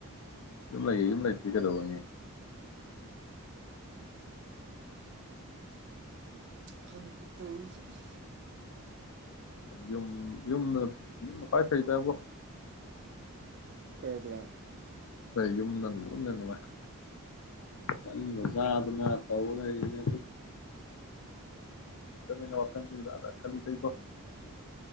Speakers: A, on the left; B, on the right.
A: ꯌꯨꯝ ꯂꯩ ꯌꯨꯝ ꯂꯩꯇꯥꯗꯤ ꯀꯗꯧꯔꯨꯅꯤ꯫
B: ꯈꯪꯗꯔ꯭ꯦ ꯇꯧꯔꯤꯖꯤ ꯫
A: ꯌꯨꯝ- ꯌꯨꯝ - ꯌꯨꯝꯅ ꯈꯋ꯭ꯥꯏ ꯐꯩ ꯕꯣ ꯫
B: ꯐꯕꯔꯥ?
A: ꯀ ꯌꯨꯝꯗꯅ ꯌꯨꯝꯅꯥ ꯅꯨꯡꯉꯥꯏ ꯆꯥꯅꯤꯡꯕ ꯆꯥꯗꯅ ꯇꯧꯕ ꯂꯩꯔꯤꯅꯦ ꯑꯗꯨꯅ ꯋꯥꯈꯜꯁꯤꯗ ꯑꯗ ꯈꯜꯂꯤ ꯏꯕꯣ꯫